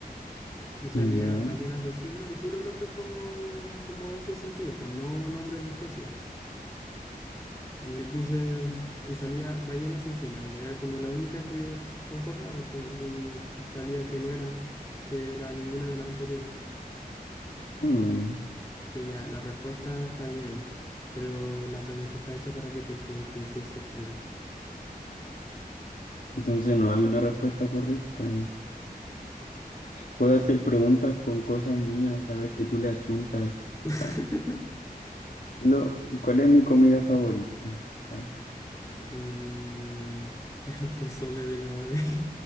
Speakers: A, on the left; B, on the left.
A: y salía
B: Ya.
A: ballena asesina y puros nombres como, como de ese sentido, pues no nombres de especie. Y yo puse, y salía ballena asesina, y era como la única que concordaba, pu, y mm, salía que no era, que era ninguna de las anteriores.
B: Mm,
A: Que ya, la respuesta está bien, pero la pregunta está hecha para que te equivoques y eso está mal.
B: Entonces no hay una respuesta correcta. Puedo hacer preguntas con cosas mías, a ver si tú le achuntas.
A: <laughs>
B: Ah. Lo- ¿cuál es mi comida favorita? Ah,
A: Mm, el pozole de lavadero.